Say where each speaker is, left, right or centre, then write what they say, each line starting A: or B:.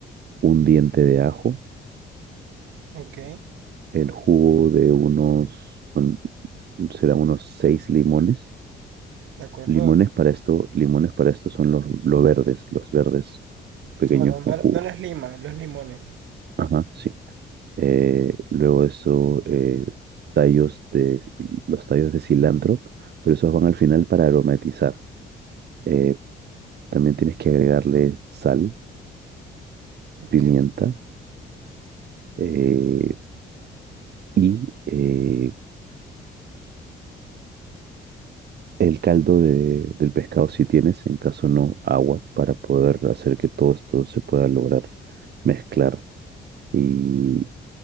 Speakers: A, on the right; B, on the right.
A: un diente de ajo,
B: ok,
A: el jugo de unos, un- será unos seis limones
B: de acuerdo.
A: Limones para esto, limones para esto son los, los verdes, los verdes pequeños
B: Claro, no,
A: con jugo.
B: no las limas, los limones.
A: Ajá, sí. Eh, luego eso, eh, tallos de, los tallos de cilantro, pero esos van al final para aromatizar. Eh, también tienes que agregarle sal,
B: Ok,
A: pimienta eh, y eh, el caldo de- del pescado si tienes, en caso no, agua para poder hacer que todo esto se pueda lograr mezclar y,